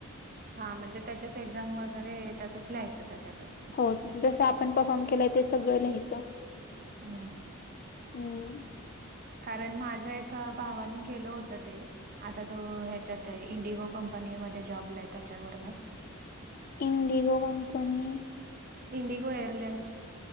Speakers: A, on the right (about 45°); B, on the left (about 45°).
A: हा म्हणजे त्याच्याच एक्झाम वगैरे तसंच लिहायचं त्याच्यातच
B: हो जसं आपण परफॉर्म केलाय ते सगळं लिहायचं
A: हम्म
B: हम्म
A: कारण माझ्या एका भावाने केलं होतं ते आता तो ह्याच्यात हाय, इंडिगो कंपनीमध्ये जॉबला हाय त्याच्यावरूनच
B: इंडिगो कंपनी
A: इंडिगो एअरलाईनस